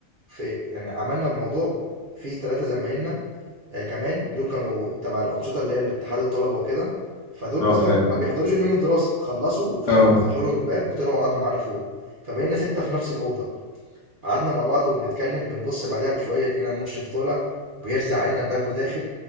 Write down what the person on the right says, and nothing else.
في يعني عملنا الموضوع في ثلاثه زمايلنا آه، كمان دول كانوا تبع الانشطه اللي هي الاتحاد الطلبه وكده فدول
اصلا
ما بيحضروش اليوم الدراسي خلصوا وخ...
وفتحوا لهم الباب وطلعوا قعدوا معانا فوق فبقينا سته في نفس الاوضه قعدنا مع بعض وبنتكلم بنبص بعدها بشويه لقينا مشرف طالع وبيرزع علينا باب وداخل